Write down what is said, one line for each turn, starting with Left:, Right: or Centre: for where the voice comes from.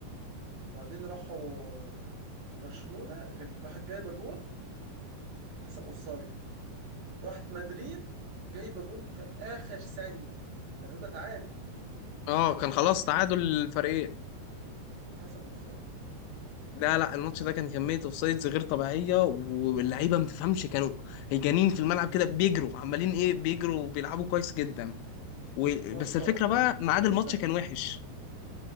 Right: وبعدين راحوا برشلونه كان- راحت جايبه جون كسب اوفسايد راحت مدريد جايبه جون في اخر ثانيه كان هيبقى تعادل
Left: اه كان
Right: اتحسب
Left: خلاص
Right: اوف
Left: تعادل الفريقين
Right: اتحسب اوفسايد
Left: لا لا الماتش ده كان كمية اوفسايدز غير طبيعية واللعيبة ما تفهمش كانوا هيجانين في الملعب كده بيجروا عمالين ايه بيجروا وبيلعبوا كويس جدا و...
Right: يا
Left: بس
Right: اسطى
Left: الفكره
Right: اصلا
Left: بقى ميعاد
Right: بس
Left: الماتش كان وحش